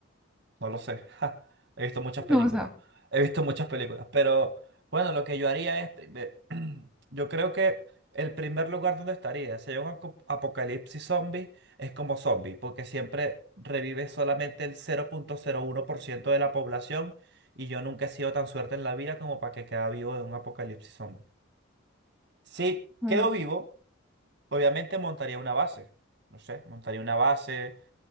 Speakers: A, on the right; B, in the centre.
A: No lo sé. <laughs> ja. He visto muchas
B: <laughs>
A: películas.
B: No, o sea,
A: He visto muchas películas. Pero bueno, lo que yo haría es... pri- ve- <clears throat> Yo creo que el primer lugar donde estaría, si hay un aco- apocalipsis zombie, es como zombie, porque siempre revive solamente el cero cero punto cero uno por ciento de la población y yo nunca he sido tan suerte en la vida como para que quede vivo en un apocalipsis zombie. Si
B: mm,
A: quedo vivo, obviamente montaría una base. No sé, montaría una base